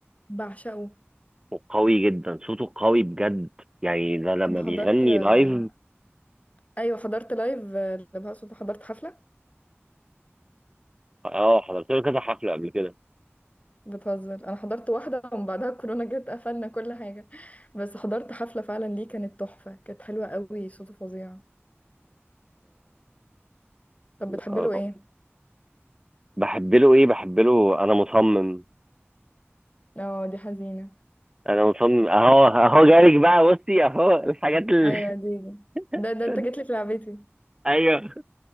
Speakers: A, on the left; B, on the right.
A: بعشقه
B: وقوي جدا صوته قوي بجد يعني ده لما
A: انت حضرت
B: بيغني
A: آه،
B: لايف
A: ايوه حضرت لايف آه، لبهاء سلطان حضرت حفلة
B: اه حضرت له كذا حفله قبل كده
A: بتهزر انا حضرت واحده ومن بعدها الكورونا جت قفلنا كل حاجه بس حضرت حفله فعلا ليه كانت تحفه كانت حلوه قوي صوته فظيع طب بتحبي
B: آه،
A: له ايه
B: بحب له ايه بحب له انا مصمم
A: اه دي حزينه
B: انا مصمم اهو اهو جالك بقى بصي اهو الحاجات اللي
A: ايوه دي دي. ده
B: <laughs>
A: ده انت جيت لي في لعبتي
B: ايوه